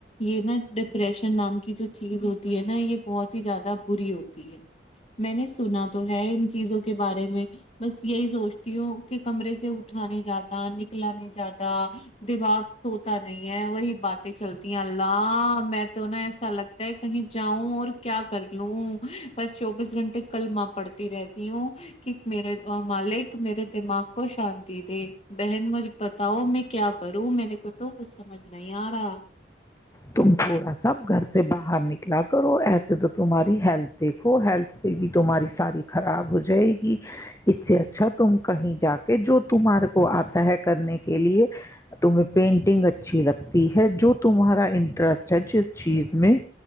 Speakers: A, on the left (about 35°); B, on the left (about 15°).
A: یہ نا ڈیپریشن نام کی جو چیز ہوتی ہے نا یہ بہت ہی زیادہ بری ہوتی ہے میں نے سنا تو ہے ان چیزوں کے بارے میں بس یہی سوچتی ہوں کہ کمرے سے اٹھا نہیں جاتا نکلا نہیں جاتا دماغ سوتا نہیں ہے وہی باتیں چلتی ہیں اللہ میں تو نا ایسا لگتا ہے کہیں جاؤں اور کیا کر لوں بس چوبیس گھنٹے کل ماں پڑتی رہتی ہوں کہ میرے مالک میرے دماغ کو شانتی دے بہن مج بتاؤ میں کیا کروں میرے کو تو کچھ سمجھ نہیں آ رہا
B: تم تھوڑا سا گھر سے باہر نکلا کرو ایسے تو تمہاری ہیلتھ دیکھو ہیلتھ پہ بھی تمہاری ساری خراب ہو جائے گی اس سے اچھا تم کہیں جا کے جو تمہارے کو آتا ہے کرنے کے لیے تمہیں پینٹنگ اچھی لگتی ہے جو تمہارا انٹرسٹ ہے جس چیز میں